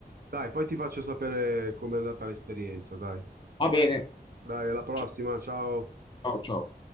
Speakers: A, on the right; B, on the left.
A: Dai, poi ti faccio sapere com'è andata l'esperienza, dai.
B: Va bene.
A: Dai, alla prossima,
B: Ciao,
A: ciao.
B: ciao. ciao.